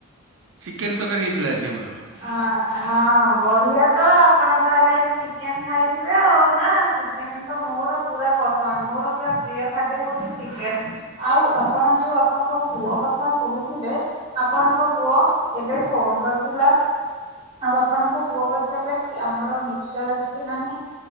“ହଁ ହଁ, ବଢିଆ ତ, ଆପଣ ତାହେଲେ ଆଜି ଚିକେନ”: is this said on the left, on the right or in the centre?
Right